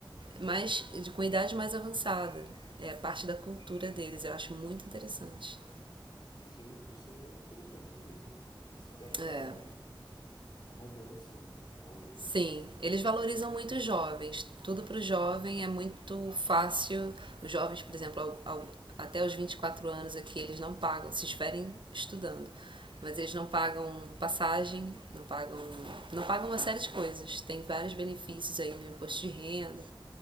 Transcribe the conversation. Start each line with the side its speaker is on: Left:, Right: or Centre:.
Right: mas de, com idade mais avançada. É parte da cultura deles, eu acho muito interessante.
Left: Isso, isso é interessante mesmo. Eles se adaptaram
Right: É.
Left: à mudança, né? Ao...
Right: Sim, eles valorizam muito os jovens. Tudo para o jovem é muito fácil. Os jovens, por exemplo, ao- ao- até os 24 anos aqui, eles não pagam, se estiverem estudando. Mas eles não pagam passagem, não pagam, não pagam uma série de coisas. Tem vários benefícios aí no imposto de renda